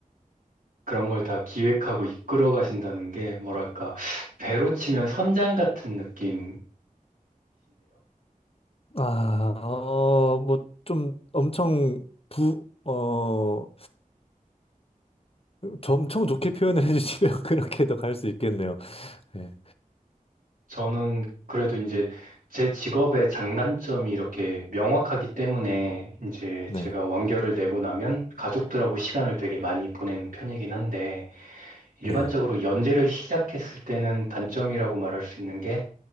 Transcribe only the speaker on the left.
아, 어, 뭐 좀 엄청 부, 어, 저 엄청 좋게 표현을 <laughs> 해주시면 그렇게도 갈 수 있겠네요. 네,
네,
네.